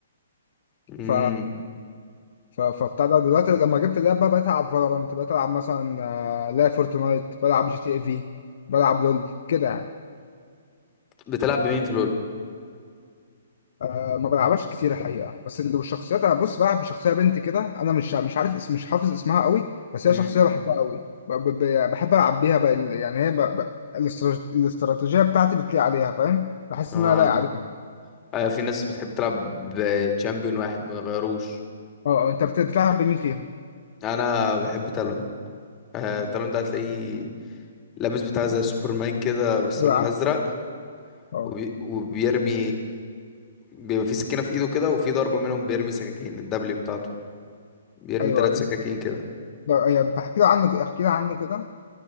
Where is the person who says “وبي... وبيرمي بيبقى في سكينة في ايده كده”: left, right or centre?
Left